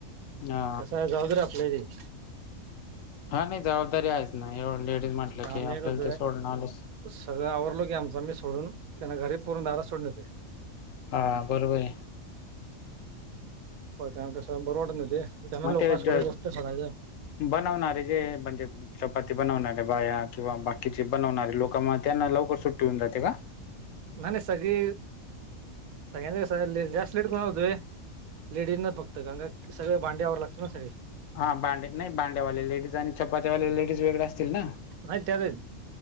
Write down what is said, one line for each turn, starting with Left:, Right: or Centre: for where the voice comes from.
Left: हा
Right: कसं आहे जबाबदारी आपली आहे ती
Left: हा नाही जबाबदारी आहेच ना एवढ लेडीज म्हटलं
Right: आम्ही
Left: की
Right: काय
Left: आपल्याला
Right: करतोय
Left: ते सोडणारचं
Right: सगळं आवरल की आमचा मी सोडून त्यांना घरी पूर्ण दारात सोडून येतोय
Left: हा बरोबर हे
Right: प त्यांना कसं बरं वाटत नाही ते त्यांना
Left: मग
Right: लोकां
Left: ते
Right: थोडं
Left: ज
Right: गोष्ट करायचं.
Left: बनवणारे जे म्हणजे चपाती बनवणारे बाया किंवा बाकीचे बनवणारे लोक म त्यांना लवकर सुट्टी होऊन जाते का.
Right: ना ना सगळी सगळयांना ब्रेसलेट बनवत होती. लेडीज न फक्त गगा सगळे भांडे आवरावे लागतं ना सगळे
Left: हा भांडे नाही भांड्यावाले लेडीज आणि चपात्यावाले लेडीज वेगळे असतील ना,
Right: नाही त्यातच